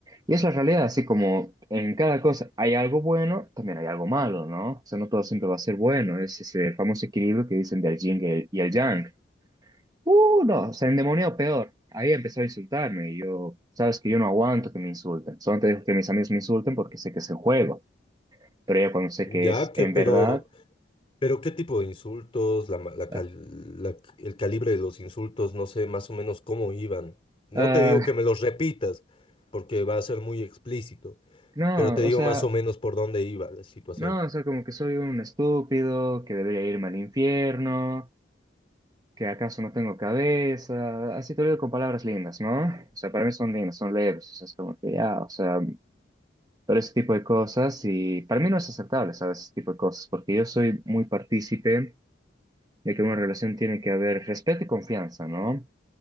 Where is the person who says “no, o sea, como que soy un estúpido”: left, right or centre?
Right